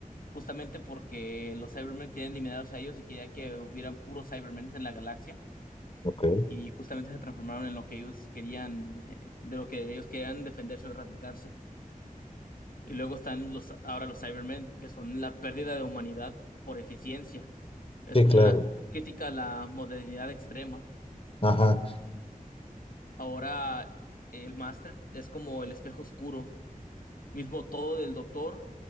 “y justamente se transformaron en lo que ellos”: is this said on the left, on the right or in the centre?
Left